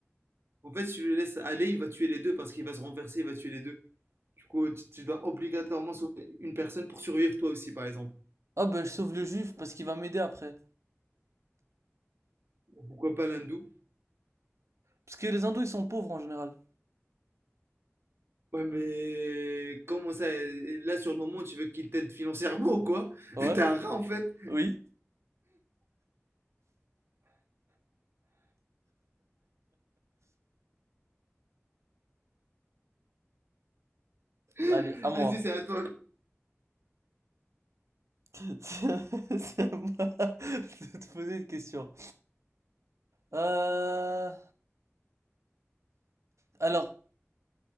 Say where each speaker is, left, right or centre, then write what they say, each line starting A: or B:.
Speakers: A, on the right; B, on the right.
A: en fait, si tu le laisses aller, il va tuer les deux parce qu'il va se renverser, il va tuer les deux. Du coup, tu, tu dois obligatoirement sauver une personne pour survivre toi aussi, par exemple.
B: Ah, ben, je sauve le juif parce qu'il va m'aider après.
A: Pourquoi pas l'hindou?
B: Parce que les hindous, ils sont pauvres en général.
A: Ouais, mais comment ça? euh, Là, sur le moment, tu veux qu'il t'aide financièrement ou quoi? <laughs>
B: Ouais?
A: T'es un rat, en fait.
B: Oui?
A: <laughs>
B: Allez, à moi.
A: Vas-y, c'est à toi.
B: <laughs> C'est à moi de te poser une question. Euh, alors,